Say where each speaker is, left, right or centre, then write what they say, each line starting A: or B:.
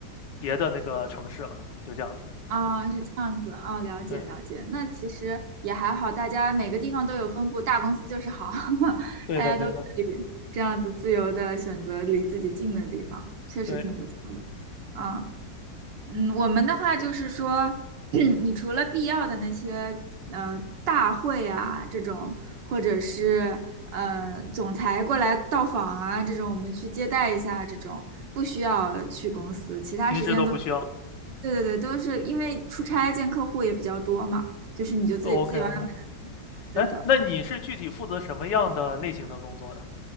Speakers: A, on the left; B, on the right.
A: 别的那个城市了，就这样子。
B: 啊，是这样子啊，了解了解。
A: 对，
B: 那其实也还好，大家每个地方都有分布，大公司就是好，<laughs>
A: 对的，
B: 大家都可以这样子自由的选择离自己近的地方，
A: 对的，
B: 确实挺不错的。
A: 对，
B: 啊，嗯，我们的话就是说，<clears throat> 你除了必要的那些呃大会啊这种，或者是呃总裁过来到访啊这种，我们去接待一下这种，不需要去公司，其他时间都。
A: 平时都不需要。
B: 对对对，都是因为出差见客户也比较多嘛，就是你就自己自由安排
A: OK，OK。
B: 对的。
A: 哎，那你是具体负责什么样的类型的工作的？